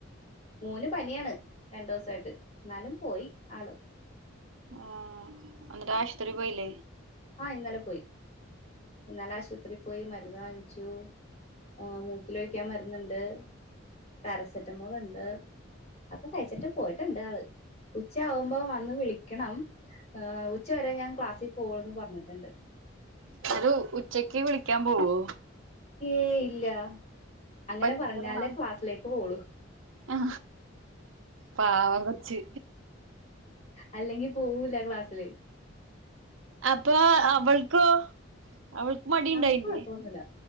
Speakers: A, on the left; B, on the right.
A: മോന് പനിയാണ് രണ്ടു ദിവസായിട്ട് എന്നാലും പോയി ആള്
B: ആഹ് എന്നിട്ട് ആശുപത്രി പോയില്ലേ?
A: ആ ഇന്നലെ പോയി ഇന്നലെ ആശുപത്രി പോയി മരുന്ന് വാങ്ങിച്ചു. ഏ മൂ ക്കിലൊഴിക്കാൻ മരുന്നുണ്ട്. പാരസെറ്റമോൾ ഉണ്ട് അതൊക്കെ കഴിച്ചിട്ട് പോയിട്ടുണ്ട് ആള്. ഉച്ച ആവുമ്പോ വന്ന് വിളിക്കണം ഏ ഉച്ച വരെ ഞാൻ ക്ലാസി പോവോളൂന്ന് പറ പറഞ്ഞിട്ടുണ്ട്.
B: <unintelligible> ഉച്ചക്ക് വിളിക്കാൻ പോവോ?
A: ഏയ് ഇല്ല അങ്ങനെ
B: പറ്റിച്ചതാണ
A: പറഞ്ഞാലേ ക്ലാസ്സിലേക്ക് പോവുള്ളൂ
B: ആ പാവം കൊച്ച്.
A: അല്ലെങ്കി പോവൂല ക്ലാസില്
B: അപ്പോ അവൾക്കോ അവൾക്ക് മടി ഇണ്ടായില്ലേ?
A: അവക്ക് കൊഴപ്പൊന്നുല്ല